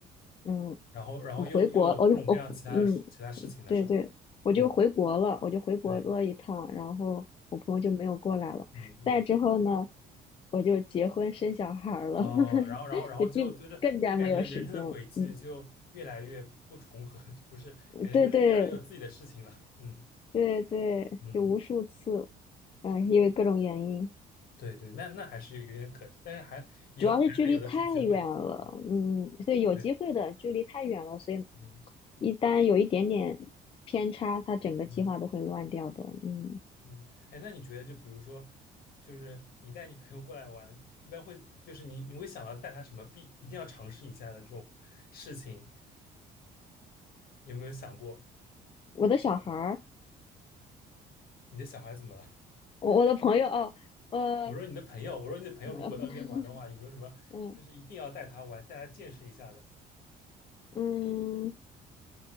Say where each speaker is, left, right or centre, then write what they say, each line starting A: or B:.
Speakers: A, on the left; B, on the left.
A: 嗯，
B: 然后然后又又有各种各样其他其他事情了，
A: 我回国，我就我，嗯，对对，
B: 是吧？
A: 我就回国了，
B: 嗯，
A: 我就回国了一趟，
B: 对，
A: 然后我朋友就没有过来了。
B: 嗯嗯。
A: 再之后呢，我就结婚生小孩儿了，
B: 哦，然后，
A: <laughs>
B: 然后，然后就就是就感觉人生的轨迹就越来越不重合，
A: 就更更加没有时间了嗯，
B: <laughs> 不是，感觉就是越来越有自己的事情了。
A: 对对
B: 嗯
A: 对对，
B: 嗯，
A: 就无数次，嗯，因为各种原因。
B: 对对，那那还是有点可惜，但是还以后还还有的是机会。
A: 主要是距离太远了，
B: 嗯，
A: 嗯，对，有机会的，
B: 对，
A: 距离太远了，所以
B: 嗯
A: 一旦有一点点偏差，他整个计划都会乱掉的。
B: 嗯
A: 嗯，
B: 嗯，哎，那你觉得就比如说，就是你带你朋友过来玩，一般会就是你你会想到带他什么必一定要尝试一下的这种事情，有没有想过？
A: 我的小孩儿，
B: 你的小孩怎么了？
A: 我我的朋友，哦，呃，
B: 我说你的朋友，我说你的朋友如果到那边玩的话，
A: <laughs>
B: 有没有什么就是一定要带他玩，
A: 嗯
B: 带他见识一下的？
A: 嗯，